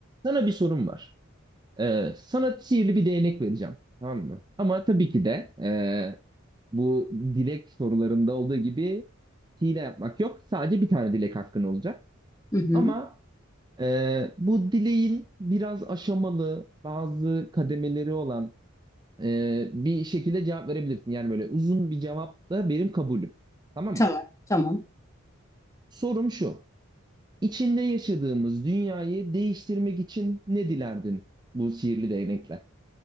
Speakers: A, on the right (about 20°); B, on the left (about 15°).
A: Sana bir sorum var. Ee, sana sihirli bir değnek vereceğim. Tamam mı? Ama tabii ki de ee, bu dilek sorularında olduğu gibi hile yapmak yok. Sadece bir tane dilek hakkın olacak.
B: Hı hı.
A: Ama ee, bu dileğin biraz aşamalı, bazı kademeleri olan ee, bir şekilde cevap verebilirsin. Yani böyle uzun bir cevap da benim kabulüm. Tamam
B: Tamam,
A: mı?
B: tamam.
A: Sorum şu. İçinde yaşadığımız dünyayı değiştirmek için ne dilerdin bu sihirli değnekle?